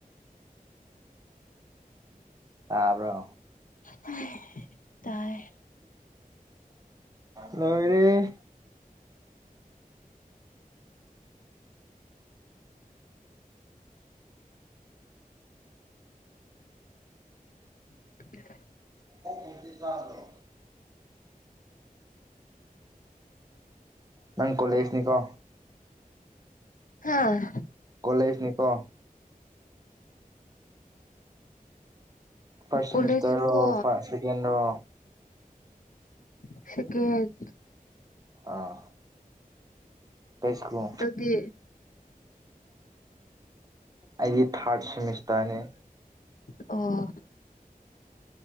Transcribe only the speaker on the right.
ꯇꯥꯕ꯭ꯔꯣ
ꯂꯣꯏꯔꯦꯍꯦ
<unintelligible> ꯅꯪ ꯀꯣꯂꯦꯁꯅꯤꯀꯣ
ꯀꯣꯂꯦꯖꯅꯤꯀꯣ ꯐꯥꯔꯁ ꯁꯦꯃꯤꯁꯇꯔꯣ
ꯐꯥ ꯁꯦꯀꯦꯟ ꯔꯣ
ꯑꯥ ꯀꯩ ꯁꯛꯅꯣ
ꯑꯩꯗꯤ ꯊꯥꯔꯠ ꯁꯦꯃꯤꯁꯇꯔꯅꯦ